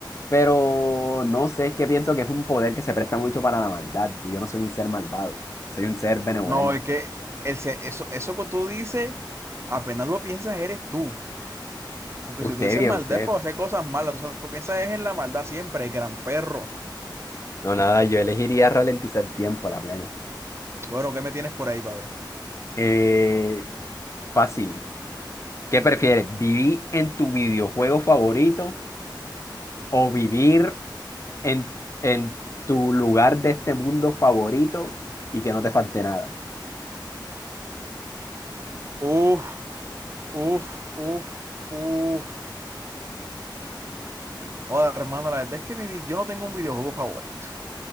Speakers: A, on the left; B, on the right.
A: pero no sé, es que pienso que es un poder que se presta mucho para la maldad y yo no soy un ser malvado, soy un ser benevolente.
B: no, es que el se- eso, eso que tú dices, apenas lo piensas, eres tú. Porque
A: Usted,
B: si tú dices
A: viejo,
B: maldad
A: usted.
B: es para hacer cosas malas, tú, sabes, tú piensas es en la maldad siempre, gran perro.
A: No, nada, yo elegiría ralentizar tiempo a la plena.
B: Bueno, ¿qué me tienes por ahí, pa' ver?
A: Eh, fácil. ¿Qué prefieres? ¿Vivir en tu videojuego favorito o vivir en, en tu lugar de este mundo favorito y que no te falte nada?
B: Uf, uf, uf, uf. Joder, hermano, la verdad es que mi, vi- yo no tengo un videojuego favorito.